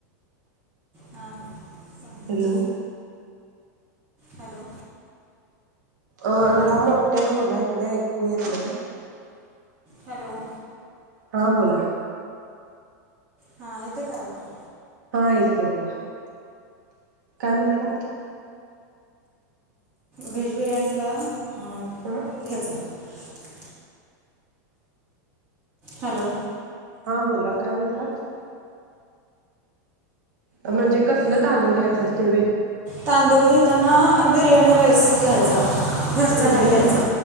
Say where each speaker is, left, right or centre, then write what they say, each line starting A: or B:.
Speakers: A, on the right; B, on the right.
A: हां हां सांगते
B: हॅलो.
A: हॅलो.
B: अ
A: हॅलो
B: जरा मोठ्याने बोला इकडे ऐकू येत नाई हा.
A: हॅलो.
B: हा बोला.
A: हा एतोय का आवाज.
B: हा येतेय बोला. काय म्हंटलात.
A: व्हेज बिर्याणीला <unintelligible>
B: ह
A: हॅलो.
B: हा बोला काय म्हतलात? म्हणजे कसलं तांदूळ घ्यायचं असतय.
A: तांदूळ घेताना बिर्याणी राईस घ्यायचा. घरचा
B: बिर्याणी
A: नाही घ्यायचा
B: मग